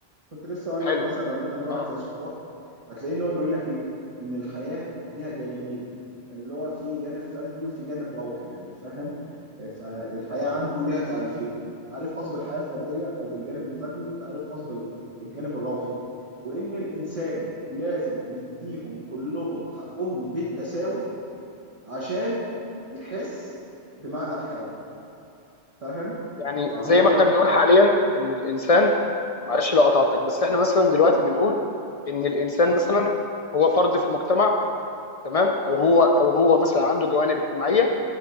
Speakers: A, on the right; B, on the left.
A: كنت لسه اقول
B: حلو
A: لك مثلا لو جيت عند واحد
B: اه
A: زي سقراط هتلاقي ان هو بيقول لك ايه ان الحياه ليها جانبين اللي هو في جانب فردي وفي جانب روحي يعني فاهم فالحياه عنده ليها تعريفين تعريف خاص بالحياه الفرديه او بالجانب الفردي وتعريف خاص الجانب الروحي وإن الإنسان لازم يديهم كلهم حقهم بالتساوي عشان يحس بمعنى الحياة فاهم؟
B: يعني
A: فهو
B: زي ما احنا بنقول حاليا ان الانسان معلش لو قطعتك بس احنا مثلا دلوقتي
A: لا
B: بنقول ان الانسان مثلا هو فرد في المجتمع تمام او هو او هو مثلا عنده جوانب اجتماعيه